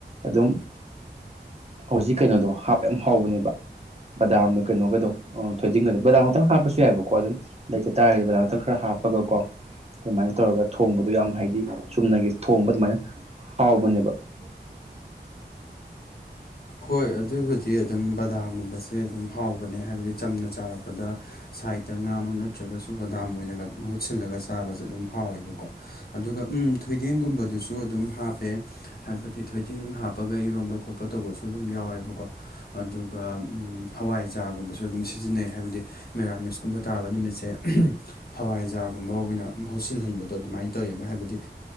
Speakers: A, on the right; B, on the left.
A: ꯑꯗꯨꯝ ꯍꯧꯖꯤꯛ ꯀꯩꯅꯣꯗꯣ ꯍꯥꯞꯄꯦ ꯌꯥꯝ ꯍꯥꯎꯧꯕꯅꯦꯕ ꯕꯗꯥꯝꯒ ꯀꯩꯅꯣꯒꯗꯣ ꯊꯣꯏꯗꯤꯟꯒꯗꯣ ꯕꯗꯥꯝ ꯈꯛꯇꯪ ꯍꯥꯞꯄꯁꯨ ꯌꯥꯏꯕꯀꯣ ꯑꯗꯨꯝ ꯂꯩꯇ ꯇꯥꯔꯒꯗꯤ ꯕꯥ ꯑꯃꯛꯇꯪ ꯈꯔ ꯍꯥꯞꯄꯒꯀꯣ ꯑꯗꯨꯃꯥꯏꯅ ꯇꯧꯔꯒ ꯊꯣꯡꯕꯗꯣ ꯌꯥꯝ ꯍꯥꯏꯗꯤ ꯆꯨꯝꯅꯒꯤ ꯊꯣꯡꯕ ꯑꯗꯨꯃꯥꯏꯅ ꯍꯥꯎꯕꯅꯦꯕ ꯎꯝ
B: ꯍꯣꯏ ꯑꯗꯨꯕꯨꯗꯤ ꯑꯗꯨꯝ ꯕꯗꯥꯝꯒꯨꯝꯕꯁꯦ ꯑꯗꯨꯝ ꯍꯥꯎꯕꯅꯦ ꯍꯥꯏꯕꯗꯤ ꯆꯝꯅ ꯆꯥꯔꯛꯄꯗ ꯁꯥꯏꯗꯠꯇ ꯉꯥꯃꯛ ꯅꯠꯇ꯭ꯔꯒꯁꯨ ꯕꯗꯥꯝ ꯑꯣꯏꯅꯒ ꯃꯍꯨꯠꯁꯤꯜꯂꯒ ꯆꯥꯕꯁꯨꯦ ꯑꯗꯨꯝ ꯍꯥꯎꯋꯦꯕꯀꯣ ꯑꯗꯨꯒ ꯎꯝ ꯊꯣꯏꯗꯤꯦꯟꯒꯨꯝꯕꯗꯨꯁꯨ ꯑꯗꯨꯝ ꯍꯥꯞꯄꯦ ꯍꯥꯏꯕꯗꯤ ꯊꯣꯏꯗꯤꯡ ꯍꯥꯞꯄꯒ ꯏꯔꯣꯟꯝꯕ ꯈꯣꯠꯄ ꯇꯧꯕꯁꯨ ꯑꯗꯨꯝ ꯌꯥꯎꯋꯦꯕꯀꯣ ꯑꯗꯨꯒ ꯍꯋꯥꯏꯖꯥꯒꯨꯝꯕꯁꯨ ꯑꯗꯨꯝ ꯁꯤꯖꯤꯟꯅꯩ ꯍꯥꯏꯕꯗꯤ ꯃꯦꯔꯥꯃꯤꯁꯀꯨꯝꯕ ꯇꯥꯕ ꯅꯨꯃꯤꯠꯁꯦ ꯍꯋꯥꯏꯖꯥꯔꯒꯨꯝꯕ ꯑꯣꯏꯅ ꯃꯍꯨꯠ ꯁꯤꯜꯍꯟꯕꯗꯣ ꯑꯗꯨꯃꯥꯏꯅ ꯇꯧꯋꯦꯕ ꯍꯥꯏꯕꯗꯤ